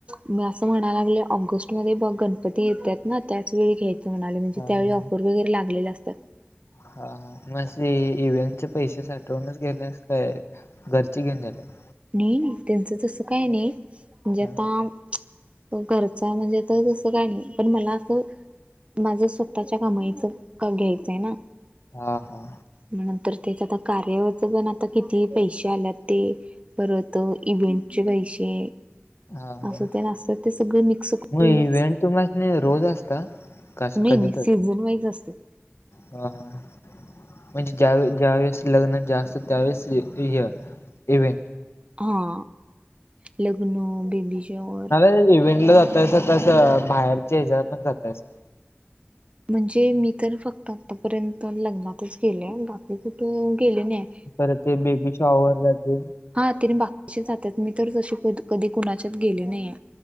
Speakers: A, on the right; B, on the left.
A: मी असं म्हणाय लागल्या ऑगस्ट मध्ये बघ गणपती येतेत ना त्याचवेळी घेई म्हणालोय म्हणजे
B: हा
A: त्यावेळी
B: हा
A: ऑफर वगैरे लागलेल्या असत्यात.
B: हा हा मग सी इव्हेंट चे पैसे साठवूनच घेणार हायस काय. घरची घेऊन जाणार
A: नाही नाही त्यांचं तसं काय नाही म्हणजे आता
B: हा
A: घरचं ये म्हणजे तर तसं काय नाही पण मला असं माझ्या स्वतःच्या कमाईचा <unintelligible> घ्यायचा ये ना.
B: हा. हा.
A: मग नंतर तेच आत्ता कार्यावरचं पण आता किती पैसे आलेत ते. परत इव्हेंटचे पैशे
B: हा हा
A: अस तेन असं ते सगळं मिक्स करूनच.
B: मग इव्हेंट तुम्हासनी रोज असतात का असं
A: नई
B: कधी
A: नई
B: तर
A: सीजन वाईज असत
B: हा हा म्हणजे ज्यावेळी ज्यावेळेस लग्न जास्त त्यावेळेस य इव्हेंट
A: हा लग्न बेबी शॉअर
B: तेच इव्हेंटला जातायसा तस बाहेरच्या ह्याच्यातपण जातायसा
A: म्हणजे मी तर फक्त आतापर्यंत लग्नातच केले बाकी कुठे गेले नाही हाय
B: परत ते बेबी शॉवर ला तेन
A: हा त्यांनी बाकीचे जात्यात मी तर तशी कधी कुणाच्यात गेले नाहीय